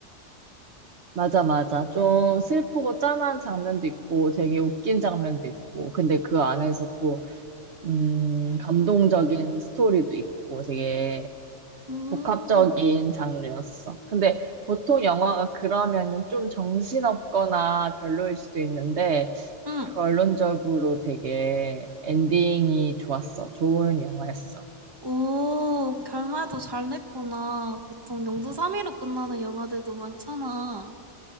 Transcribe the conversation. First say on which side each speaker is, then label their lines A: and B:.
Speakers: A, on the right; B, on the right.
A: 맞아, 맞아. 좀 슬프고 짠한 장면도 있고, 되게 웃긴 장면도 있고, 근데 그 안에서 또 음,
B: 응.
A: 감동적인 스토리도 있고 되게
B: 음,
A: 복합적인 장르였어. 근데 보통 영화가 그러면은 좀 정신없거나 별로일 수도 있는데
B: 응.
A: 결론적으로 되게 엔딩이 좋았어. 좋은 영화였어.
B: 오, 결말도 잘 냈구나. 보통 영주삼위로 끝나는 영화들도 많잖아.